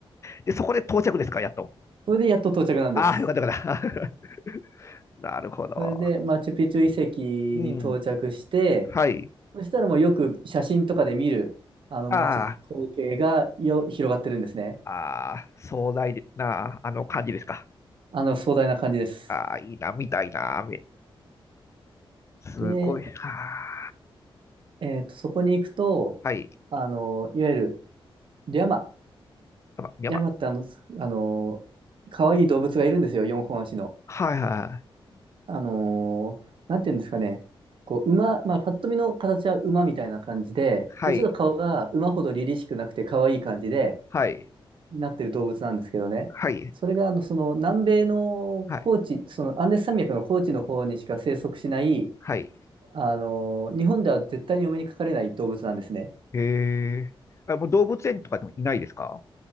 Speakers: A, on the left; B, on the right.
A: で、そこで到着ですか、やっと。
B: それでやっと到着なんです。
A: ああ、よかったよかった。<laughs> なるほど。
B: それでマチュピチュ遺跡に到着して、
A: うん。はい。
B: そしたらもうよく写真とかで見る、あの街、
A: あ
B: 光景がよ広がってるんですね。
A: あ、ああ、壮大な、あの感じですか。
B: あの壮大な感じです。
A: ああ、いいな、みたいな雨。すごい。
B: で、
A: は
B: えっと、そこに行くと、
A: あ。はい。
B: あの、いわゆるリャマ。
A: 山山
B: リャマってあの、あの、可愛い動物がいるんですよ、4本足の。
A: はいはい
B: あのーなんていうんですかね、こう、馬、まあ、パッと見の形は馬みたいな感じで、
A: はい。
B: で、ちょっと顔が馬ほど凛々しくなくて可愛い感じで、
A: はい。
B: なってる動物なんですけどね、
A: はい。
B: それが、あの、その、南米の高地、
A: はい。
B: その、アンデス山脈の高地の方にしか生息しない、
A: はい。
B: あのー日本では絶対にお目にかかれない動物なんですね。
A: へえ。あ、もう動物園とかでもいないですか